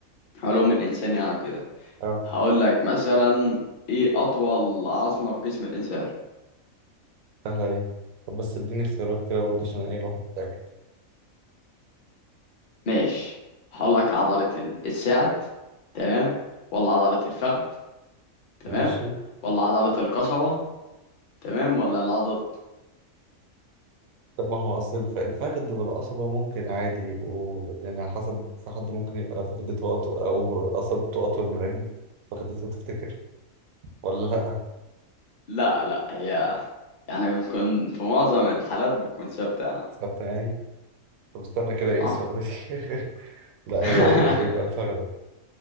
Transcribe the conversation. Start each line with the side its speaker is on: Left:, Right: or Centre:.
Left: الانسان يعني وكده
Right: أه
Left: هقول لك مثلا ايه اطول عظمة في جسم الانسان
Right: سهلة دي طب بس اديني اختيارات كده برضه عشان إيه الواحد يتأكد
Left: ماشي هقول لك عضلة ال- الساعد تمام ولا عضلة الفخذ تمام
Right: ماشي
Left: ولا عضلة القصبة تمام ولا العضد
Right: طب ما هو أصل الف- الفخذ والقصبة ممكن عادي يبقوا لأن على حسب في حد ممكن يبقى فخدته أطول أو قصبته أطول من رجله فخدته تفتكر ولا لأ
Left: لا لا هي يعني بتكون في معظم الحالات بتكون ثابتة يعني
Right: ثابتة يعني طب استنى كده أقيس
Left: اه
Right: فخدتي <laughs> لأ
Left: <laughs>
Right: هي يبقى, يبقى الفخدة